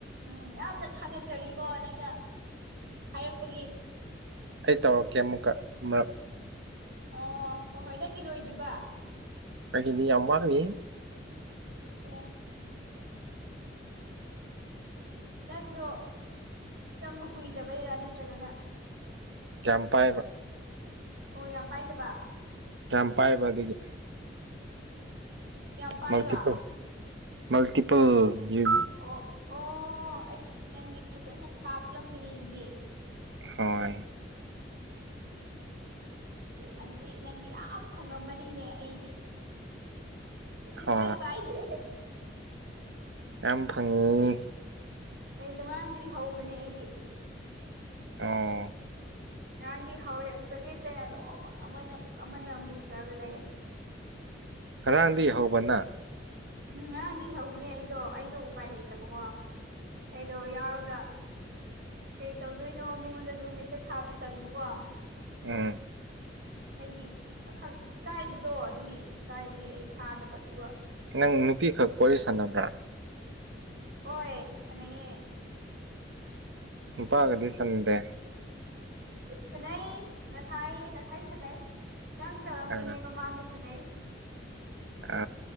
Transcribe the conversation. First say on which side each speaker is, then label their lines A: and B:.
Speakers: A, on the right; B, on the right.
A: ꯎꯝ ꯌꯥꯝꯅ ꯊꯥꯒꯠꯆꯔꯤꯀꯣ ꯅꯪꯅ ꯍꯥꯏꯔꯛꯄꯒꯤ
B: ꯑꯩ ꯇꯧꯔꯛꯀꯦ ꯑꯃꯨꯛꯀ ꯑꯃꯛ
A: ꯑꯣ ꯍ ꯍꯣꯏ ꯅꯪꯒꯤ ꯂꯣꯏꯗ꯭ꯔꯤꯕ
B: ꯍꯥꯏꯅꯤ ꯑꯃꯅꯤ
A: ꯑꯦ ꯅꯪꯗꯣ ꯆꯪꯕ ꯀꯨꯏꯗꯕꯩꯔꯥ ꯅꯠꯇ꯭ꯔꯒꯅ
B: ꯆꯝꯄꯥꯏꯕ
A: ꯑꯣ ꯌꯥꯝ ꯄꯥꯏꯗꯕ
B: ꯌꯥꯝ ꯄꯥꯏꯕ ꯑꯗꯨꯒꯤ
A: ꯌꯥꯝ ꯄꯥꯏꯕ
B: ꯃꯜꯇꯤꯄꯜ ꯃꯜꯇꯤꯄꯜ ꯌ
A: ꯑꯣ ꯑꯣ ꯑꯩꯁ ꯅꯪꯗꯤ ꯐꯖꯅ ꯀꯥꯞꯂꯝꯃꯤꯅꯤ ꯑꯗꯨꯗꯤ
B: ꯍꯣꯏ
A: ꯑꯗꯨꯗꯤ ꯅꯪꯗꯤ ꯌꯥꯝ ꯐꯪꯉꯝꯕꯅꯤꯅꯦ ꯑꯩꯗꯤ ꯁꯨꯡꯄꯥꯏ
B: ꯍ
A: ꯄꯥꯏꯗꯦ
B: ꯌꯥꯝ ꯐꯪꯉꯤ
A: ꯑꯩꯗꯣ ꯉꯔꯥꯡꯗꯒꯤ ꯍꯧꯕꯅꯦ ꯑꯩꯗꯤ
B: ꯑꯣ
A: ꯉꯔꯥꯡꯗꯤ ꯍꯧꯔꯦ ꯑꯗꯨꯒ ꯂꯦꯞꯇꯅ ꯑꯗꯨꯝ ꯑꯃꯅ ꯑꯃꯨꯛ ꯑꯃꯅ ꯑꯃ ꯃꯨꯛꯇꯔꯒ ꯂꯩꯑꯦ
B: ꯉꯔꯥꯡꯗꯤ ꯌꯍꯧꯕꯅ
A: ꯎꯝ ꯉꯔꯥꯡꯗꯒꯤ ꯍꯧꯕꯅꯦ ꯑꯩꯗꯣ ꯑꯩꯗꯣ ꯎꯄꯥꯏ ꯂꯩꯇꯕꯀꯣ ꯑꯩꯗꯣ ꯌꯥꯎꯔꯒ ꯀꯩ ꯇꯧꯗꯣꯏꯅꯣ ꯃꯤꯉꯣꯟꯗꯁꯨ ꯃꯦꯁꯦꯁ ꯊꯥꯕꯗꯣ ꯇꯟꯕꯀꯣ
B: ꯎꯝ
A: ꯍꯥꯏꯗꯤ ꯏ ꯀꯥꯏꯕꯗꯣ ꯑꯗꯨꯒꯤ ꯏꯀꯥꯏꯕꯒꯤ ꯑꯩ ꯊꯥꯗꯕ ꯑꯗꯨꯒ
B: ꯅꯪ ꯅꯨꯄꯤꯈꯛ ꯋꯥꯔꯤ ꯁꯥꯟꯅꯕ꯭ꯔꯥ
A: ꯍꯣꯏ ꯁꯥꯟꯅꯩꯌꯦ
B: ꯄꯥꯒꯗꯤ ꯁꯟꯗꯦ
A: ꯁꯅꯩ ꯉꯁꯥꯏ ꯉꯁꯥꯏ ꯁꯗꯩ ꯅꯪ ꯇꯧꯔꯝꯂꯤꯉꯩ
B: ꯑ
A: ꯃꯃꯥꯡꯗ ꯁꯥꯟꯅꯩ
B: ꯑ